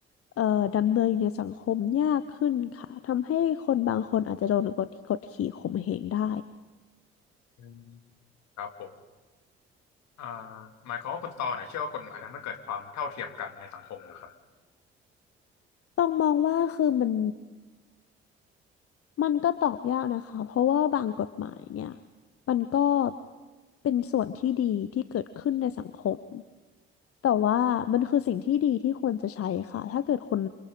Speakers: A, on the left; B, on the left.
A: เอ่อดำเนินอยู่ในสังคมยากขึ้นค่ะ ทำให้คนบางคนอาจจะโดนกดกดขี่ข่มเหงได้
B: อืมครับผม อ่าหมายความว่าคุณตอเนี่ยเชื่อว่ากฎหมายทำให้เกิดความเท่าเทียมกันในสังคมนะครับ
A: ต้องมองว่าคือมันมันก็ตอบยากนะคะเพราะว่าบางกฎหมายเนี่ยมันก็เป็นส่วนที่ดีที่เกิดขึ้นในสังคมแต่ว่ามันคือสิ่งที่ดีที่ควรจะใช้ค่ะถ้าเกิดคน